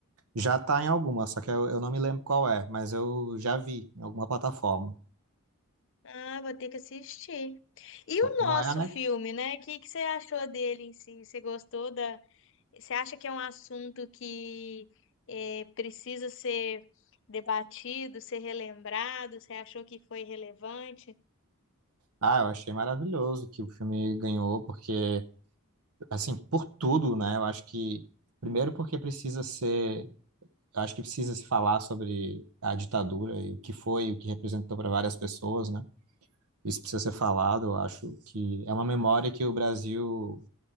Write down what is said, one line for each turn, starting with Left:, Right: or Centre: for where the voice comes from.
Right: já tá em alguma, só que eu, eu não me lembro qual é, mas eu já vi em alguma plataforma.
Left: Ah, vou ter que assistir. E
Right: Só-
Left: o
Right: Não
Left: nosso
Right: é a Netflix.
Left: filme, né? O que, que você achou dele em si? Você gostou da. Você acha que é um assunto que eh, precisa ser debatido, ser relembrado? Você achou que foi relevante?
Right: Ah, eu achei maravilhoso que o filme ganhou, porque, assim, por tudo, né? Eu acho que, primeiro, porque precisa ser acho que precisa se falar sobre a ditadura e o que foi, e o que representou para várias pessoas, né? Isso precisa ser falado. Eu acho que é uma memória que o Brasil,